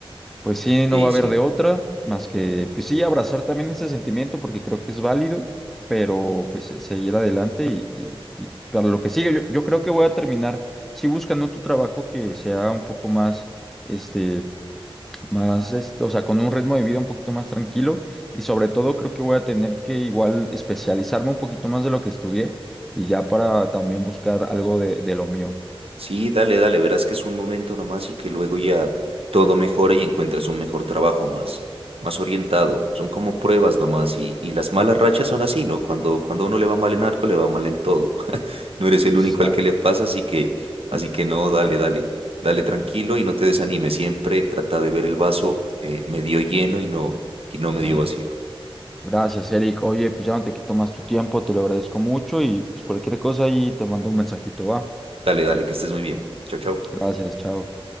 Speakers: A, in the centre; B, on the right (about 75°).
A: pues sí, no
B: sí,
A: va a
B: sí.
A: haber de otra, más que, pues sí, abrazar también ese sentimiento porque creo que es válido, pero pues se- seguir adelante y, y- y para lo que sigue, yo, yo creo que voy a terminar, sí buscando otro trabajo que sea un poco más, este, más, este, o sea, con un ritmo de vida un poquito más tranquilo y sobre todo creo que voy a tener que igual especializarme un poquito más de lo que estudié y ya para también buscar algo de, de lo mío.
B: Sí, dale, dale, verás que es un momento nomás y que luego ya todo mejora y encuentras un mejor trabajo más, más orientado. Son como pruebas nomás y, y las malas rachas son así, ¿no? Cuando, cuando a uno le va mal en algo, le va mal en todo. <laughs> No eres el
A: Exacto.
B: único al que le pasa, así que, así
A: Mm,
B: que no, dale, dale, dale tranquilo y no te desanimes. Siempre trata de ver el vaso eh, medio lleno y no, y no medio
A: Claro.
B: vacío.
A: Gracias, Eric. Oye, pues ya no te quito más tu tiempo, te lo agradezco mucho y pues cualquier cosa ahí te mando un mensajito, va.
B: Dale, dale, que estés muy bien. Chao, chao.
A: Gracias, chao.